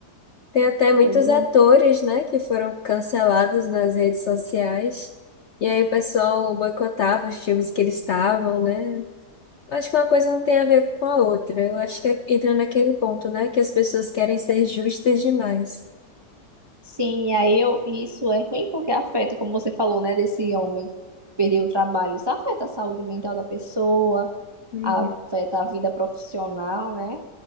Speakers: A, on the left; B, on the right.
A: Tem até muitos
B: Pois é.
A: atores, né, que foram cancelados nas redes sociais. E aí o pessoal boicotava os filmes que eles estavam, né? Acho que uma coisa não tem a ver com a outra. Eu acho que é, entra naquele ponto, né, que as pessoas querem ser justas demais.
B: Sim, e aí eu, isso é ruim porque afeta, como você falou, né, desse homem perder o trabalho. Isso afeta a saúde mental da pessoa,
A: Uhum.
B: afeta a vida profissional, né?